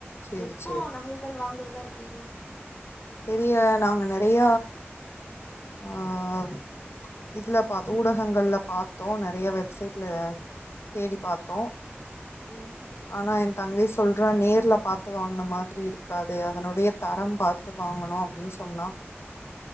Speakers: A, on the left (about 70°); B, on the left (about 25°).
A: சேரி
B: எப்போ
A: சேரி
B: நகைகள் வாங்குறது எங்க இருக்கீங்க
A: தெரிய நாங்க நெறைய ஆஹ் இதுல பாத்தோ ஊடகங்கள்ல பாத்தோ நெறைய வெப்சைட்ல தேடி பாத்தோ
B: ம்
A: ஆனா இ தங்கை சொல்றா நேர்ல பாத்து வாங்ன மாதிரி இருக்காது அதனுடைய தரம் ப பாத்து வாங்கனோ அப்டினு சொன்னா